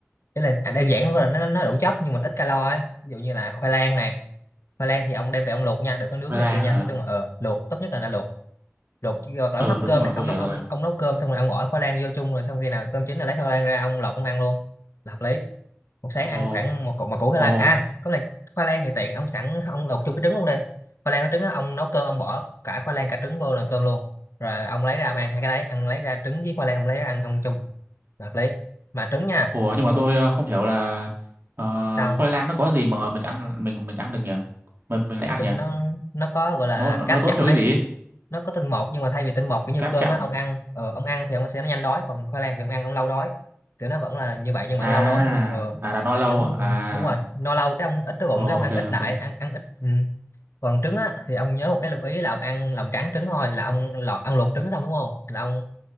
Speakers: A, on the left; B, on the right.
A: cái là à, đơn giản không phải là nó nó đủ chất nhưng mà ít calo ấy ví dụ như là khoai lang này khoai lang thì ông đem về ông luộc nha đừng có nướng
B: khoai
A: này
B: lang
A: kia nha
B: hả
A: nói chung là ờ luộc tốt nhất là đã luộc luộc chứ hoặc là
B: ờ
A: ông hấp
B: đúng
A: cơm
B: rồi
A: ấy ông
B: tôi hiểu
A: nấu ông
B: rồi
A: ông nấu cơm xong rồi ông gỏi khoai lang vô chung rồi xong khi nào cơm chín là lấy khoai lang ra ông lọc ông ăn luôn là hợp lý một sáng ăn
B: ồ
A: khoảng một củ một củ khoai
B: ồ
A: lang à có này khoai lang thì tiện ông sẵn ông luộc chung với trứng luôn đi khoai lang với trứng á ông nấu cơm ông bỏ cả khoai lang cả trứng vô là cơm luôn rồi ông lấy ra ông ăn hai cái đấy ăn lấy ra trứng với khoai lang ông lấy ra ăn ông chung là hợp lý mà trứng nha
B: ồ nhưng mà
A: ông
B: tôi ờ, không hiểu là ờ,
A: sao
B: khoai lang nó có gì mà mình ăn mình mình ăn được nhỉ mình mình lại
A: nói
B: ăn
A: chung
B: nhỉ
A: nó nó có gọi là
B: nó nó,
A: cáp
B: nó tốt
A: chậm
B: cho cái
A: ấy
B: gì ấy?
A: nó có tinh bột nhưng mà thay vì tinh bột kiểu như
B: cáp
A: cơm
B: chậm
A: á ông ăn ờ, ông ăn thì ông sẽ nó nhanh đói còn khoai lang thì ông ăn ông lâu đói kiểu nó vẫn là như vậy nhưng mà anh
B: à
A: lâu đói thì ờ
B: à là no lâu
A: kiểu
B: à
A: ừ, đúng rồi
B: à
A: no lâu cái ông ít cái bụng
B: ok
A: cái ông ăn ít
B: ok
A: lại ăn ăn ít ừ. còn trứng á thì ông nhớ một cái lưu ý là ông ăn lòng trắng trứng thôi là ông lọt ăn luộc trứng xong đúng không là ông